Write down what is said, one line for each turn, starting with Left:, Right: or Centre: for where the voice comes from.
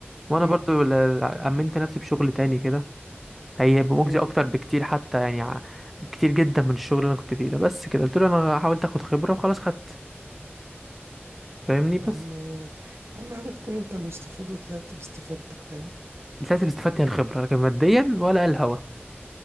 Centre: وانا
Right: أمم،
Centre: برضو ل- ل- امنت نفسي بشغل تاني كده هيبقى مجزي
Right: أمم.
Centre: اكتر بكتير حتى يعني ع- كتير جدا من الشغل اللي انا كنت فيه ده بس كده قلت له انا حاولت اخد خبره وخلاص خدت فاهمني
Right: طب
Centre: بس
Right: يا عم اهم حاجة تكون انت المستفيد وطلعت باستفادتك فاهم
Centre: طلعت اللي استفدت هي الخبره لكن ماديا ولا الهوا